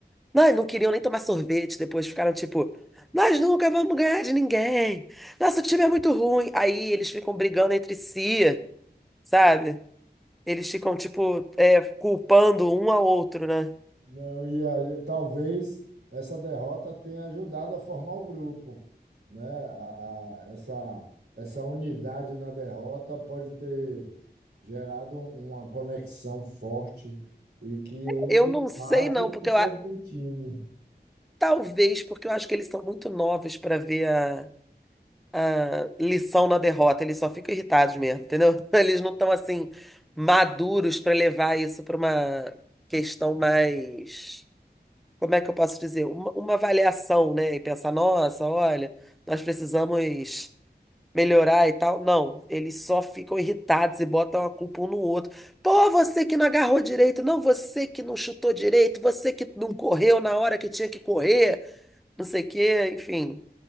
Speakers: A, in the centre; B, on the right.
A: Nós não queriam nem tomar sorvete depois, ficaram tipo, nós nunca vamos ganhar de ninguém. Nosso time é muito ruim. Aí eles ficam brigando entre si, sabe? Eles ficam, tipo, é, culpando um ao outro, né?
B: Não, e aí, talvez essa derrota tenha ajudado a formar o grupo, né? A, a- essa, essa unidade na derrota pode ter gerado uma conexão forte e que hoje
A: Eu não
B: é
A: sei,
B: base
A: não, porque
B: para o seu
A: eu, a-
B: bom time.
A: talvez porque eu acho que eles são muito novos para ver a, a lição na derrota. Eles só ficam irritados mesmo, entendeu? <laughs> Eles não estão assim maduros para levar isso para uma questão mais como é que eu posso dizer? Uma, uma avaliação, né? E pensar, nossa, olha, nós precisamos melhorar e tal. Não, eles só ficam irritados e botam a culpa um no outro. Pô, você que não agarrou direito, não, você que não chutou direito, você que não correu na hora que tinha que correr, não sei o quê, enfim.